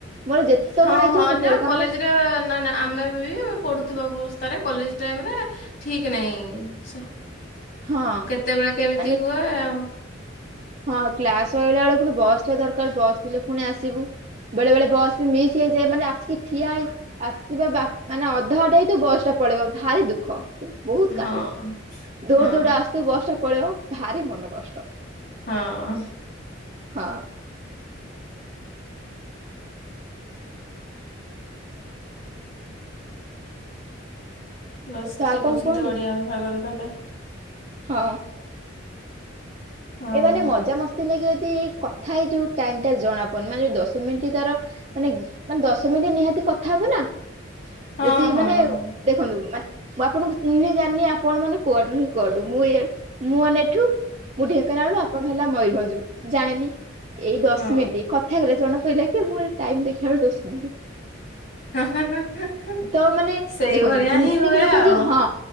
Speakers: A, on the right; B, on the left.
A: ମୋର ଯେତେବେଳେ
B: ହଁ
A: ଇଚ୍ଛା
B: ହଁ
A: ମୁଁ
B: ଅନ୍ୟ
A: ସେତେବେଳେ ଖାଏ
B: କଲେଜ୍
A: ମାନେ
B: ରେ ନାଁ ନାଁ ଆମେ ବି ପଢ଼ୁଥିବା ଅବ ତାରେ କଲେଜ୍ ଟାଇମ୍ ରେ ଠିକ ନାହିଁ ସ
A: ହଁ
B: କେତେବେଳେ କେମିତି
A: ମାନେ
B: ହୁଏ ଆଉ।
A: ହଁ କ୍ଲାସ୍ ସଇଲା ଅଳୁ ଫୁଣି ବସ୍ ଥିବା ଦରକାର ବସ୍ ଥିଲେ ଫୁଣି ଆସିବୁ। ବେଳେ ବେଳେ ବସ୍ ବି ମିସ୍ ହେଇଯାଏ ମାନେ ଆସିକି ଠିଆ ହେଇ ଆସିବା ବା ମାନେ ଅଧା ବାଟ ହେଇଥିବୁ ବସ୍ ଟା ପଳେଇବ ଭାରି ଦୁଃଖ। ବୋହୁତ କାଟିବ
B: ହଁ
A: ଦୌଡ଼ି
B: ହଁ
A: ଦୌଡ଼ି ଆସୁଥିବୁ ବସ୍ ଟା ପଳେଇବ ଭାରି ମନ କଷ୍ଟ।
B: ହଁ।
A: ହ।
B: ପ୍ଲସ୍
A: ତ
B: ଥ୍ରୀ
A: ଆଉ କଣ
B: କରୁଛନ୍ତି
A: କୁହନ୍ତୁ
B: ଓଡ଼ିଆ ବିଭାଗରେ ତାହଲେ।
A: ହଁ।
B: ହଉ
A: ଏଇମାନେ ମଜା ମସ୍ତି ନେଇକି ତି କଥା ହେଇ ଯୋଉ ଟାଇମ୍ ଟା ଜଣା ପଡ଼୍! ମାନେ, ଯୋଉ ଦଶ ମିନ୍ଟି ତାର, ମାନେ ମାନେ ଦଶ ମିନିଟ୍ ନିହାତି କଥା ହବ ନା!
B: ହଁ
A: ଯଦି
B: ହଁ
A: ମାନେ
B: ହଁ
A: ଦେଖନ୍ତୁ, ମାନେ ମୁଁ, ଆପଣଙ୍କୁ ଚିହ୍ନି ଜାଣିନି। ଆପଣ ମାନେ କୁଆଡୁ ନାହିଁ କୁଆଡୁ। ମୁଁ ଏଇଆ, ମୁଁ ଆନେ ଏଠୁ। ମୁଁ, ଢେଙ୍କାନାଳରୁ ଆପଣ ହେଲା ମୟୂରଭଞ୍ଜରୁ। ଜାଣିନି! ଏଇ ଦଶମିନିଟ
B: ହଁ
A: କଥା ହେଇଗଲେ ଜଣେ କହିଲା କି ମୁଁ ଏଇ ଟାଇମ୍ ଦେଖିଲା ଅଳକୁ ଦଶମିନ୍ଟି।
B: ହଁ
A: ତ ମାନେ
B: ସେଇଭଳିଆ
A: ଦେଖନ୍ତୁ, ମିସିଂ
B: ହିଁ ହୁଏ
A: ଲୋକ
B: ଆଉ।
A: ଯିଏ ହଁ,